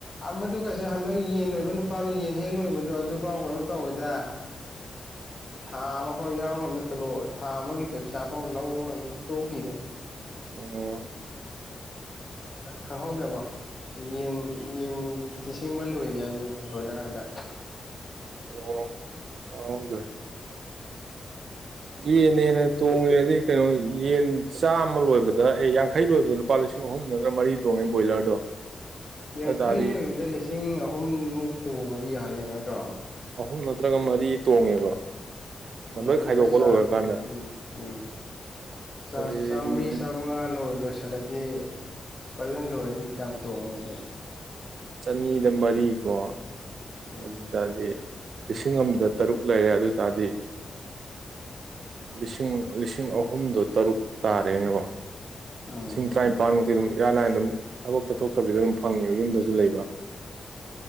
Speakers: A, on the left (about 35°); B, on the right (about 70°).
A: ꯑꯃꯗꯨ ꯀꯩꯁꯦ ꯍꯟꯗꯛ ꯌꯦꯟ ꯂꯣꯏꯕ ꯅꯨꯄꯥꯗꯣ ꯌꯦꯟ ꯍꯦꯛ ꯂꯣꯏꯕꯗꯣ ꯑꯗꯨꯐꯥꯎ ꯀꯩꯅꯣ ꯇꯧꯋꯦꯗ
B: <inaudible>
A: ꯊꯥ ꯑꯃ ꯐꯥꯎ ꯌꯥꯎ ꯉꯝꯅꯂꯛꯑꯣ ꯊꯥ ꯑꯃꯒꯤ ꯄꯩꯁꯥ ꯐꯥꯎ ꯂꯧ ꯉ ꯇꯣꯛꯈꯤꯗ
B: ꯑꯣ
A: ꯈꯍꯧꯗꯕ ꯌꯦꯟ ꯌꯦꯟꯁꯤꯡꯕ ꯂꯣꯏꯔꯦ ꯍꯥꯏꯕꯅꯤ ꯕ꯭ꯔꯣꯏꯂꯔꯀꯥꯟꯗ
B: ꯑꯣ ꯑꯥꯎꯕ ꯌꯦꯟꯦꯅ ꯇꯣꯡꯉꯦꯗꯤ ꯀꯩꯅꯣ ꯌꯦꯟ ꯆꯥ ꯃ ꯂꯣꯏꯕꯗ ꯑꯦ ꯌꯥꯡꯈꯩ ꯂꯣꯏꯕꯗ ꯂꯨꯄꯥ ꯂꯤꯁꯤꯡ ꯑꯍꯨꯝ ꯅꯠꯇ꯭ꯔꯒ ꯃꯔꯤ ꯇꯣꯡꯉꯦ ꯕꯣꯏꯂꯔꯗꯣ
A: ꯌꯥꯡꯈꯩ
B: ꯑꯗꯨ ꯇꯥꯔꯗꯤ
A: ꯂꯣꯏꯕꯗ ꯂꯤꯁꯤꯡ ꯑꯍꯨꯝꯃꯨꯛ ꯇꯣꯡꯕꯗꯤ ꯌꯥꯔꯒ ꯅꯠꯇ꯭ꯔꯣ
B: ꯑꯍꯨꯝ ꯅꯠꯇ꯭ꯔꯒ ꯃꯔꯤ ꯇꯣꯡꯉꯦꯕ
A: ꯑ
B: ꯂꯣꯏ
A: ꯎꯗ
B: ꯈꯥꯏꯗꯣꯛꯄ
A: ꯆ
B: ꯂꯣꯏꯈ꯭ꯔꯀꯥꯟꯗ
A: ꯎꯝ ꯎꯝ ꯆ
B: ꯑꯗꯨꯗꯤ
A: ꯁꯅꯤ ꯆꯉꯥ ꯂꯣ ꯂꯣꯏ ꯈꯜꯂꯗꯤ ꯐꯖꯅ ꯂꯣꯏꯔꯗꯤ ꯌꯥꯝ ꯇꯣꯡꯉꯦꯗꯤ
B: ꯆꯅꯤꯗ ꯃꯔꯤꯀꯣ
A: ꯎꯝ
B: ꯑꯗꯨꯗꯤ ꯂꯤꯁꯤꯡ ꯑꯃꯗ ꯇꯔꯨꯛ ꯂꯩꯔꯦ ꯑꯗꯨ ꯇꯥꯔꯗꯤ ꯂꯤꯁꯤꯡ ꯂꯤꯁꯤꯡ ꯑꯍꯨꯝꯗꯣ ꯇꯔꯨꯛ ꯇꯥꯔꯦꯅꯦꯀꯣ
A: ꯎꯝ
B: ꯂꯤꯁꯤꯡ ꯇꯔꯥꯅꯤꯄꯥꯟꯃꯨꯛꯇꯤ ꯑꯗꯨꯝ ꯏꯔꯥꯏ ꯂꯥꯏꯅ ꯑꯗꯨꯝ ꯊꯕꯛ ꯆꯠꯊꯣꯛꯇꯕꯤꯗ ꯑꯗꯨꯝ ꯐꯪꯉꯦꯕ ꯌꯨꯝꯗꯁꯨ ꯂꯩꯕ